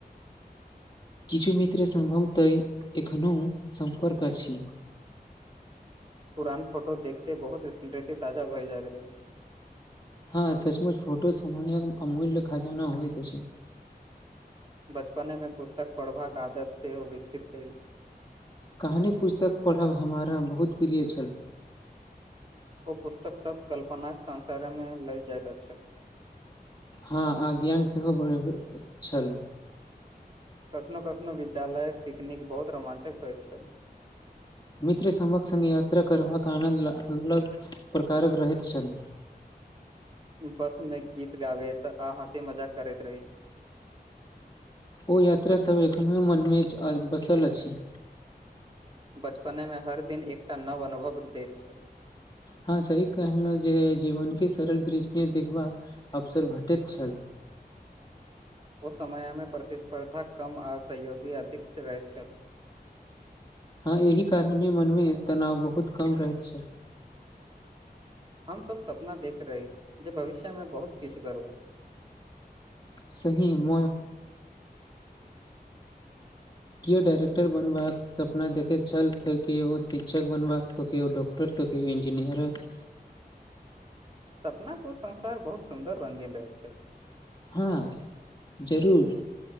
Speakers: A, on the left; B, on the right.
A: किछु मित्र सम्भवतः एखनो सम्पर्क अछि
B: पुरान फोटो देखते बहुत स्मृति ताजा भए जाइत रहै
A: ह सचमच फोटो समय अमूल्य खजाना होइत अछि
B: बचपने में पुस्तक पढ़बाक आदत सेहो विकसित कभयल
A: कहानी पुस्तक पढ़ब हमारा बहुत प्रिय छल
B: ओ पुस्तक सब कल्पनाक संसारमे ले जाइत अछि
A: हँ आ ज्ञान सेहो बढ़ छल
B: कखनो कखनो विद्यालयक पिकनिक बहुत रोमाञ्चक होइत छल
A: मित्र सभक संग यात्रा करबाक आनन्द अलग प्रकारक रहैत छल
B: बस में गीत गाबैत आ हंसी मजाक करैत रही
A: ओ यात्रासभ एखनो मनमे बसल अछि
B: बचपने मे हर दिन एकटा नव अनुभव दैत छै
A: हँ सही कहलहुं जे जीवन के सरल दृश्य मे देखबाक अवसर भेटैत छल
B: ओ समयमे प्रतिस्पर्धा कम आ सहयोगी अधिक रहैत छल
A: हँ एहि कारणे मनमे तनाव बहुत कम रहैत छल
B: हम सब सपना देख रही जे भविष्य में बहुत किछु गरबऽ
A: सही म
B: <inaudible>
A: केओ डाइरेक्टर बनबाक सपना देखैत छल तऽ केओ शिक्षक बनबाक तऽ केओ डॉक्ट टर तऽ के इंजनियरक
B: सपना को संसार बहुत सुन्दर रंगीन रहै छै
A: हँ जरूर